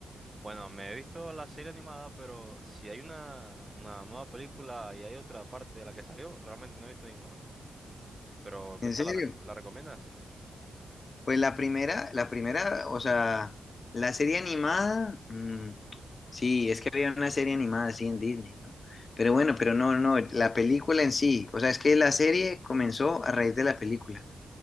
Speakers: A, on the right; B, on the left.
A: Bueno, me he visto la serie animada, pero si hay una, una nueva película y hay otra parte de la que salió, realmente no he visto ninguna. Pero, ¿qué
B: ¿En
A: tal
B: serio?
A: la, reco- la recomiendas?
B: Pues la primera, la primera, o sea, la serie animada, mm, sí, es que había una serie animada así en Disney, ¿no? Pero bueno, pero no, no, la película en sí, o sea, es que la serie comenzó a raíz de la película.